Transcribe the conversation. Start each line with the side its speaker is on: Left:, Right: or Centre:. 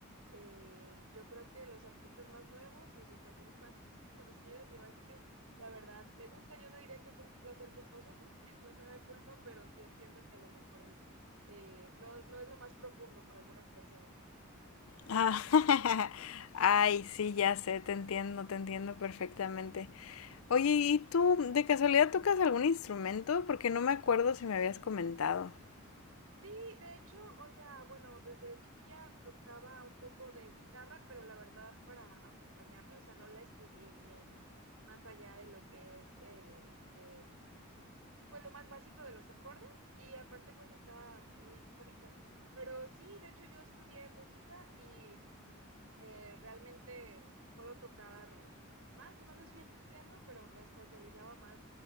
Right: eh, yo creo que los artistas más nuevos y sus canciones más <laughs> conocidas y básicas, la verdad, me gusta. Yo no diría que es un placer culposo porque <laughs> no me da culpa, pero sí entiendo que a lo mejor es, eh, no, no es lo más profundo para algunas personas.
Left: Ah, <laughs> Ay, sí, ya sé, te entiendo, te entiendo perfectamente. Oye, ¿y tú de casualidad tocas algún instrumento? Porque no me acuerdo si me habías comentado. <laughs>
Right: Sí, de hecho, o sea, bueno, desde chiquilla tocaba un poco de guitarra, pero la verdad para acompañarme, o sea, no la estudié bien más allá de lo que es el, eh, pues lo más básico de los acordes y aparte pues estaba muy chavita. Pero sí, de hecho yo estudié música y eh, realmente puedo tocar más o menos <laughs> bien el piano, pero me especializaba más